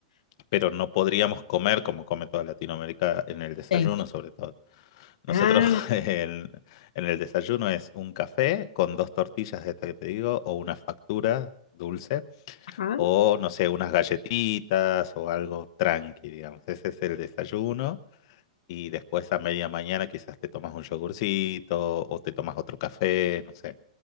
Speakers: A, on the left; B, on the left.
A: pero no podríamos comer como come toda Latinoamérica en el desayuno,
B: Sí.
A: sobre todo. Nosotros
B: Ah,
A: <laughs> en, en el desayuno es un café con dos tortillas de esta que te digo, o una factura dulce,
B: ajá.
A: o no sé, unas galletitas o algo tranqui, digamos. Ese es el desayuno y después a media mañana quizás te tomas un yogurcito o te tomas otro café, no sé.